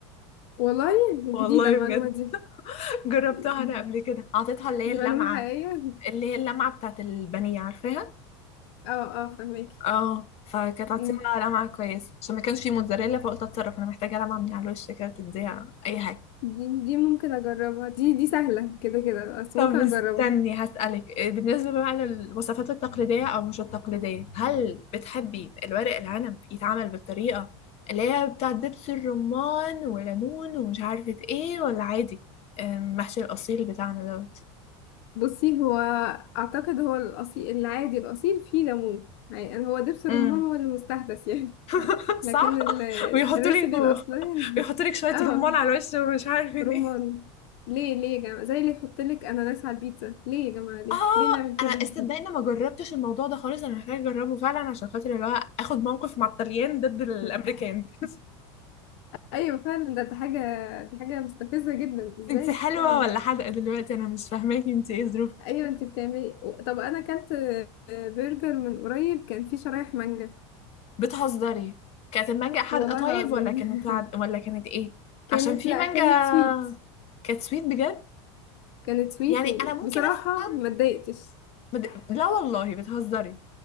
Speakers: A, on the left (about 65°); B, on the left (about 45°).
A: والله
B: والله
A: جديده المعلومه
B: بجد
A: دي
B: <laughs> جربتها
A: <laughs>
B: انا قبل كده اعطيتها اللي هي
A: دي
B: اللمعة
A: معلومه حقيقيه
B: اللي هي اللمعة بتاعت البانيه عارفاها
A: اه اه فهماكي
B: اه فكانت عطيتها
A: مم.
B: لمعة كويسة عشان ما كانش في موتزاريلا فقلت اتصرف انا محتاجة لمعة من على الوش كده تديها اي حاجة
A: دي, دي ممكن اجربها دي دي سهله كده كده بس
B: طب
A: ممكن
B: استني
A: اجربها
B: هسألك بالنسبة بقى للوصفات التقليدية أو مش التقليدية هل بتحبي الورق العنب يتعمل بالطريقة اللي هي بتاع دبس الرمان وليمون ومش عارفة ايه ولا عادي أم، محشي الأصيل بتاعنا دوت
A: بصي هو اعتقد هو الاصيل العادي الاصيل فيه ليمون يعني هو دبس الرمان
B: امم
A: هو المستحدث يعني
B: <laughs>
A: لكن
B: صح
A: ال-
B: ويحطوا
A: الريسيبي
B: لك
A: الأصلية
B: ويحطوا
A: <laughs>
B: لك شوية
A: اه
B: رمان على الوش ومش عارفين
A: رمان
B: ايه
A: ليه ليه يا جماعة زي اللي يحط لك أناناس على البيتزا ليه يا جماعة ليه
B: اه
A: ليه نعمل كده
B: انا استدعي ما جربتش الموضوع ده خالص انا محتاجة اجربه فعلا عشان خاطر اللي هو اخد موقف مع الطليان ضد الامريكان
A: <laughs> ايوه فعلا ده دي حاجه دي حاجه مستفزه جدا ازاي
B: انت حلوة
A: يعني
B: ولا حادقة دلوقتي انا مش فاهماكي انت ايه ظروفك
A: ايوه انت بتعملي و- طب انا اكلت آه، برجر من قريب كان فيه شرايح مانجا
B: بتهزري كانت المانجا حادقة
A: والله
B: طيب
A: العظيم
B: ولا كانت
A: <laughs>
B: عد... ولا كانت ايه
A: كانت
B: عشان في
A: لا
B: مانجا
A: كانت سويت
B: كانت سويت بجد
A: كانت سويت
B: يعني
A: وبصراحه
B: انا ممكن افهم
A: ما اتضايقتش
B: بد... لا والله بتهزري